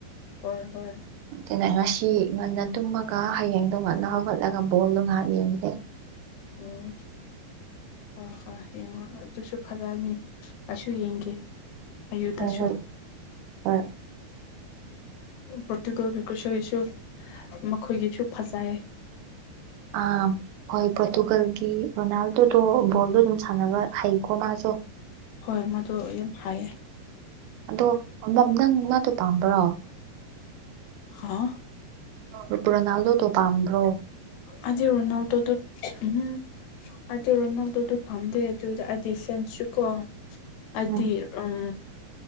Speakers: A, on the left (about 80°); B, on the right (about 85°).
A: ꯍꯣꯏ ꯍꯣꯏ
B: ꯑꯗꯨꯅ ꯉꯁꯤ ꯉꯟꯅ ꯇꯨꯝꯃꯒ ꯍꯌꯦꯡꯗꯣ ꯉꯟꯅ ꯍꯧꯒꯠ ꯂꯒ ꯕꯣꯜꯗꯣ ꯉꯥꯏꯍꯥꯛ ꯌꯦꯡꯉꯦ
A: ꯎꯝ ꯍꯣꯏ ꯍꯣꯏ ꯌꯦꯡꯉꯣ ꯑꯗꯨꯁꯨ ꯐꯂꯅꯤ ꯑꯩꯁꯨ ꯌꯦꯡꯒꯦ ꯑꯌꯨꯗꯁꯨ
B: ꯍꯣꯏ ꯍꯣꯏ ꯍꯣꯏ
A: ꯎ ꯄ꯭ꯔꯣꯇꯨꯀꯣꯜꯒ ꯀꯨꯔꯁꯒꯤꯁꯨ ꯃꯈꯣꯏꯒꯤꯁꯨ ꯐꯖꯩ
B: ꯑꯥ ꯍꯣꯏ ꯄꯣꯔꯇꯨꯒꯜꯒꯤ ꯔꯣꯅꯥꯜꯗꯣꯗꯣ ꯕꯣꯜꯗꯣ ꯑꯗꯨꯝ ꯁꯥꯟꯅꯕ ꯍꯩꯀꯣ ꯃꯥꯁꯨ
A: ꯍꯣꯏ ꯃꯗꯣ ꯌꯥꯝ ꯍꯥꯏꯌꯦ
B: ꯑꯗꯣ ꯅꯝ ꯅꯪ ꯃꯥꯗꯣ ꯄꯥꯝꯕ꯭ꯔꯣ
A: ꯍꯥꯥ
B: ꯔꯨꯄ ꯔꯣꯅꯥꯜꯗꯣꯗꯣ ꯄꯝꯕ꯭ꯔꯣ
A: ꯑꯩꯗꯤ ꯔꯣꯅꯥꯜꯗꯣꯗꯨ ꯎꯝ ꯑꯗꯤ ꯔꯣꯅꯥꯜꯗꯨꯗꯨ ꯄꯝꯗꯦ ꯑꯗꯨ ꯑꯩꯗꯤ ꯐ꯭ꯔꯦꯟꯁꯨ ꯀꯣ ꯍꯥꯏꯗꯤ
B: ꯎꯝ
A: ꯎꯝ